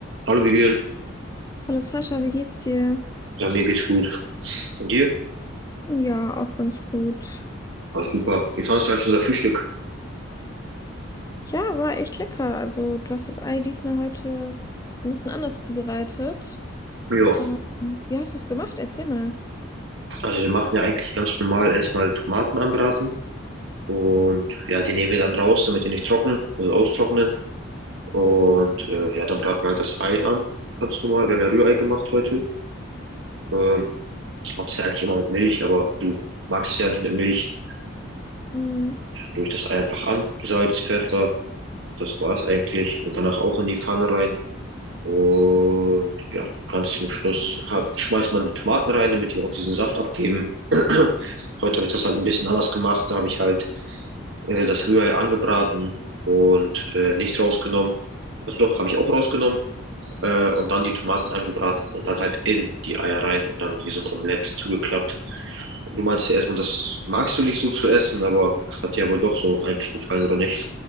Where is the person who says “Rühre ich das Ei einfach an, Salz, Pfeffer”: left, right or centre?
Right